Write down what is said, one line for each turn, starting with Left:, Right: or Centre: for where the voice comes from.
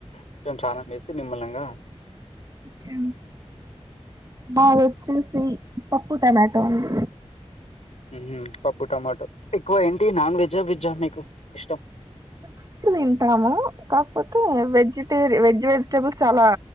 Left: కొంచం స్నానం చేసి నిమ్మల్లంగా
Right: హ్మ్ మాది వచ్చేసి పప్పు టమాటో అండి.
Left: హుహు పప్పు టమాటో ఎక్కువ ఏంటి నాన్ వెజ్ ఆ, వెజ్ ఆ మీకు ఇష్టం.
Right: ఎక్కు తింటాము కాకపోతే, వెజిటేరి వెజ్ వెజిటేబుల్స్ చాలా